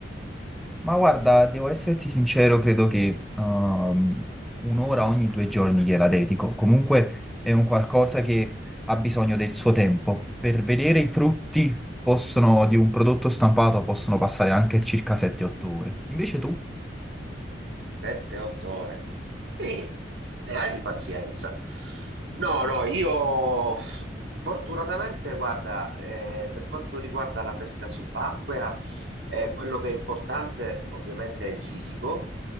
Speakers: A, in the centre; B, on the right (about 90°).
A: Ma guarda, devo esserti sincero, credo che ehm, un'ora ogni due giorni gliela dedico. Comunque è un qualcosa che ha bisogno del suo tempo. Per vedere i frutti possono, di un prodotto stampato possono passare anche circa 7-8 ore. Invece tu?
B: 7-8 ore. Sì, ne hai di pazienza. No, no, io fortunatamente, guarda, eh, per quanto riguarda la pesca subacquea, eh, quello che è importante ovviamente è il fisico